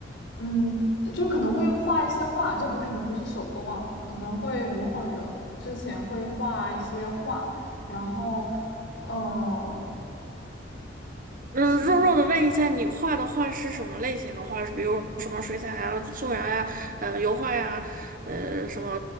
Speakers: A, on the left; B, on the right.
A: 嗯，就可能会画一些画，这不可能不是手工啊，可能会模仿着之前会画一些画，然后，嗯、
B: 嗯，
A: 其
B: 弱弱的问一下，你画的画是什么类型的画？是比如什么水彩啊、素描呀、呃、油画呀、呃，什么